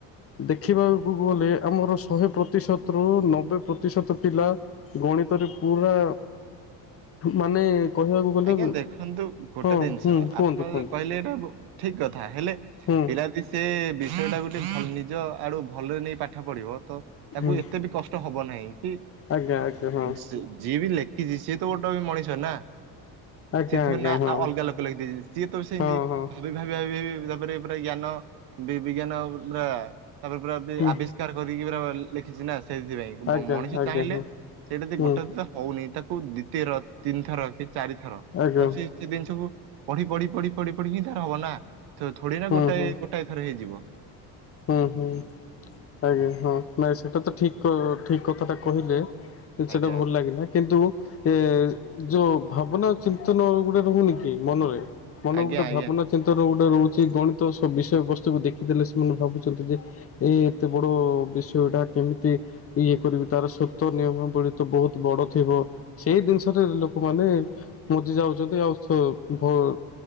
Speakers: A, on the left (about 35°); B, on the right (about 70°).
A: ଦେଖିବାକୁ ଗଲେ ଆମର ଶହେ ପ୍ରତିଶତରୁ ନବେ ପ୍ରତିଶତ ପିଲା ଗଣିତରେ ପୁରା ମାନେ କହିବାକୁ ଗଲେ
B: ଆଜ୍ଞା ଦେଖନ୍ତୁ ଗୋଟେ
A: ହଁ
B: ଦିନିଷ
A: ହୁଁ କୁହନ୍ତୁ
B: ଆପଣ
A: କୁହନ୍ତୁ
B: କହିଲେ ଏଇଟା ଠିକ କଥା ହେଲେ
A: ହୁଁ।
B: ପିଲାଦି ସେ ବିଷୟଟାକୁ ଟେ ନିଜ ଆଡ଼ୁଭଲରେ ନେଇ ପାଠ ପଢ଼ିବ ତ ତାକୁ
A: ହୁଁ
B: ଏତେ ବି କଷ୍ଟ ହବ ନାହିଁ କି
A: ଆଜ୍ଞା ଆଜ୍ଞା ହଁ
B: ସ ଯିଏ ବି ଲେ ଖିଚି ସିଏତ ଗୋଟେ ବି ମଣିଷ ନା।
A: ଆଜ୍ଞା
B: ସିଏଥରେ
A: ଆଜ୍ଞା
B: ନା
A: ହଁ
B: ଆଉ ଅଲଗା ଲୋକ ଲାଗି ଦେଇଛି ସିଏ ତ ସେମିତି
A: ହଁ ହଁ
B: ଭାବି ଭାବି ଭି ତାପରେ ପୁରା ଜ୍ଞାନ ବି ବିଜ୍ଞାନ ପୁରା ତାପରେ ପୁରା ବେ
A: ହୁଁ
B: ଆବିଷ୍ କାର କରିକି ପରା ଲେଖିଛି ନା ସେଇଥିପାଇଁ
A: ଆଜ୍ଞା
B: ବ ମଣିଷ
A: ଆଜ୍ଞା
B: ଚାହିଁଲେ
A: ହଁ
B: ସିଏ ଦି
A: ହୁଁ
B: ଗୋଟେ ତ ହଉନି ତାକୁ ଦିତୀୟର ତିନିଥର କି ଚାରିଥର
A: ଆଜ୍ଞା
B: ତାକୁ ସେ ସେ ଜିନିଷକୁ ପଢ଼ି ପଢ଼ି ପଢ଼ି ପଢ଼ି ପଢ଼ି ହିଁ ତାର ହବ ନା ଥୋ ଥୋଡ଼ି
A: ହୁଁ
B: ନା ଗୋଟଏ
A: ହୁଁ
B: ଗୋଟାଏ ଥରେ ହେଇଯିବ।
A: ହୁଁ ହୁଁ ଆଜ୍ଞା ହଁ ନାଇ ସେଟା ତ ଠିକ କ ଠିକ କଥାଟା କହିଲେ। ସେଟା
B: ଆଜ୍ଞା
A: ଭଲ ଲାଗିଲା କିନ୍ତୁ ଏ ଯୋଉ ଭାବନା ଚିନ୍ତନ ଗୋଟେ ରହୁନି କି ମନରେ ମନକୁ
B: ଆଜ୍ଞା
A: ଗୋଟେ
B: ଆଜ୍ଞା
A: ଭାବନା ଚିନ୍ତନ ଗୋଟେ ରହୁଛି ଗଣିତ ସବୁ ବିଷୟବସ୍ତୁ କୁ ଦେଖିଦେଲେ ସେମାନେ ଭାବୁଛନ୍ତି ଯେ ଏଇ ଏତେ ବଡ଼ ବିଷୟଟା କେମିତି ଇଏ କରିବି ତାର ସତ ନିୟମାବଳୀ ତ ବହୁତ ବଡ଼ ଥିବ। ସେଇ ଜିନିଷଟାରେ ଲୋକମାନେ ମଜି ଯାଉଛନ୍ତି ଆଉ ସ ଭ